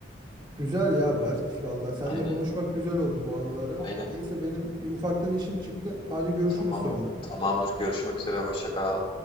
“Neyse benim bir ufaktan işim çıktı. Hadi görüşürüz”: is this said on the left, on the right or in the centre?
Right